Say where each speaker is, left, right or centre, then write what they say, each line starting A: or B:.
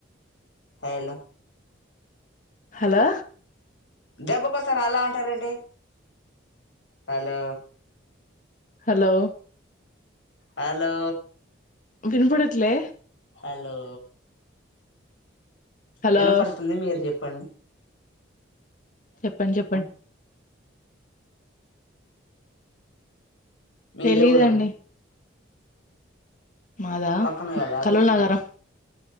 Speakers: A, on the left; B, on the left.
A: హాలో
B: హలో
A: దెబ్బకొస్తారు అలా అంటారేండి హలో
B: హలో
A: హాలో
B: వినబడట్లే
A: హలో
B: హలో
A: వినపడుతుంది మీరు జెప్ ప్పండి
B: చెప్పంన్ చెప్పండి
A: మీదే
B: తెలీదండి
A: ఊరండి
B: మాదా
A: పక్కన కదా
B: కలునగరం